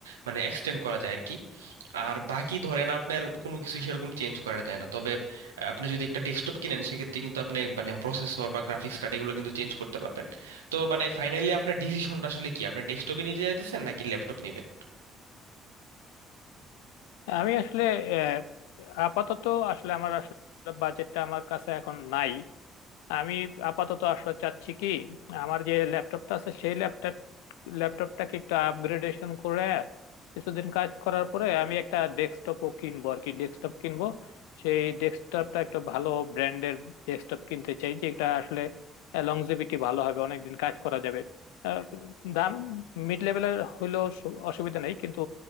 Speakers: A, on the right; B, on the left.
A: মানে এক্সটেন্ড করা যায় আর কি আর বাকি ধরেন আপনার কোনো কিছু সেরকম চেঞ্জ করা যায় না তবে আহ, আপনি যদি একটা ডেস্কটপ কিনেন সেক্ষেত্রে কিন্তু আপনি মানে প্রসেসর বা গ্রাফিক্স কার্ড এগুলো কিন্তু চেঞ্জ করতে পারবেন তো মানে ফাইনালি আপনার ডিসিশনটা আসলে কি আপনি ডেস্কটপে নিতে চাইতেছেন নাকি ল্যাপটপ নেবেন
B: আমি আসলে আহ, আপাতত আসলে আমার আসলে বাজেটটা আমার কাছে এখন নাই আমি আপাতত আসলে চাচ্ছি কি আমার যে ল্যাপটপটা আছে সেই ল্যাপটপ ল্যাপটপটাকে একটু আপগ্রেডেশন করে কিছুদিন কাজ করার পরে আমি একটা ডেস্কটপও কিনবো আর কি ডেস্কটপ কিনবো সেই ডেস্কটপটা একটা ভালো ব্র্যান্ডের ডেস্কটপ কিনতে চাই যেটা আসলে লংজিভিটি ভালো হবে অনেকদিন কাজ করা যাবে আহ, দাম মিড লেভেলের হইলেও সু- অসুবিধা নেই কিন্তু